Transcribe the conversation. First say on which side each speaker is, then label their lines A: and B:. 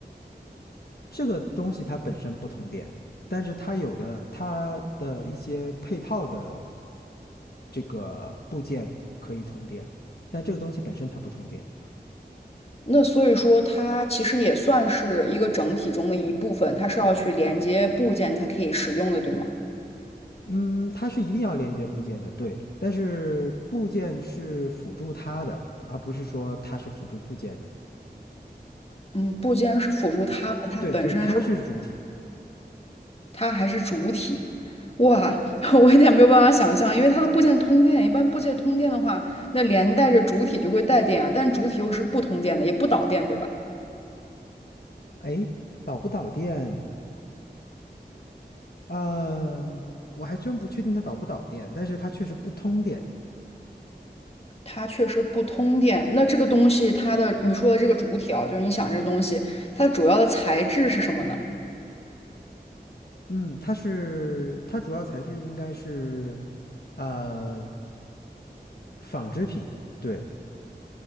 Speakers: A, on the left; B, on the left.
A: 这个东西它本身不通电，但是它有的它的一些配套的这个部件可以通电，但这个东西本身它不通电。
B: 那所以说它其实也算是一个整体中的一部分，它是要去连接部件才可以使用的，对吗？
A: 嗯，它是一定要连接部件的，对，但是部件是辅助它的，而不是说它是辅助部件的。
B: 嗯，部件是辅助它的，它本身是
A: 对，就是它是主体。
B: 它还是主体。哇，<laughs> 我有点没有办法想象，因为它的部件通电，一般部件通电的话，那连带着主体就会带电啊，但主体又是不通电的，也不导电，对吧？
A: 哎，导不导电？嗯，我还真不确定它导不导电，但是它确实不通电。
B: 它确实不通电。那这个东西，它的你说的这个主体啊，就是你想这个东西，它的主要的材质是什么呢？
A: 嗯，它是它主要材质应该是呃纺织品，对